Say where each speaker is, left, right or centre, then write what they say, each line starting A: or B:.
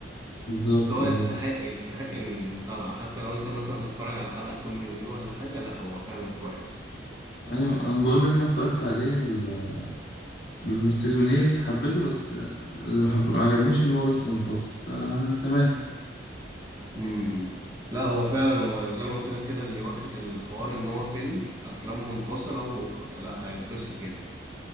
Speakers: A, on the left; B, on the right.
A: بالظبط
B: بس هو
A: بالظبط
B: يستحق يستحق المتابعة حتى لو انت مثلا تتفرج على الحلقة كل يومين ولا حاجة لا هو فعلا كويس
A: أيوة أنا بقول لك أنا اتفرجت عليه ال- السيزونين حبيته بس اللي ما حب- ما عجبنيش إن هو بس منفصل فتمام
B: امم لا هو فعلا هو زي ما قلت لك كده اللي واخد الحوار ان هو فيلم افلام منفصلة و... لا هيتبسط جدا